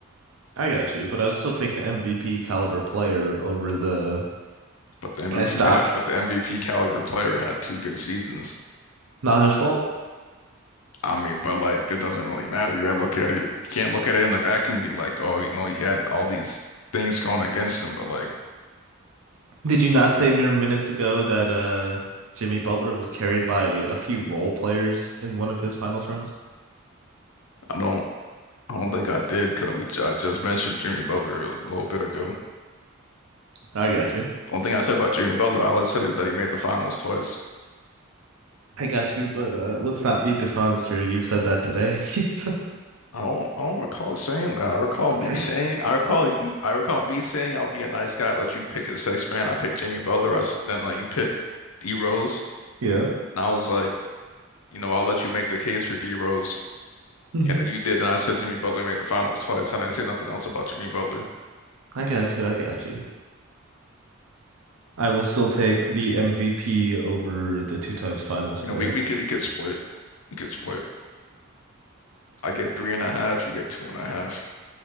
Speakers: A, on the right (about 75°); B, on the left (about 80°).
A: I got you, but I'd still take the MVP caliber player over the
B: But the
A: best
B: MVP had,
A: option.
B: but the MVP caliber player had two good seasons.
A: Not his fault.
B: I mean, but like that doesn't really matter. You gotta look at it. You can't look at it in a vacuum and be like, oh, you know, he had all these things going against him. But like,
A: Did you not say mere minutes ago that uh Jimmy Butler was carried by a few role players in one of his finals runs?
B: I don't, I don't think I did because we I just mentioned Jimmy Butler a little bit ago.
A: I got you.
B: The only thing I said about Jimmy Butler, all I said is that he made the finals twice.
A: I got you, but uh let's not be dishonest here. You've said that today. <laughs>
B: I don't, I don't recall saying that. I recall
A: Okay.
B: me saying, I recall you, I recall me saying, I'll be a nice guy, let you pick a sixth man. I picked Jimmy Butler. I s- then like you picked D Rose,
A: Yeah.
B: and I was like. you know, I'll let you make the case for D Rose.
A: hmm
B: And then you did. Then I said Jimmy Butler made the finals twice. and I didn't say nothing else about Jimmy Butler.
A: I got you. I got you. I will still take the MVP over the two times finals
B: You
A: player.
B: know, we, we could we could split. We could split. I get three and a half, you get two and a half.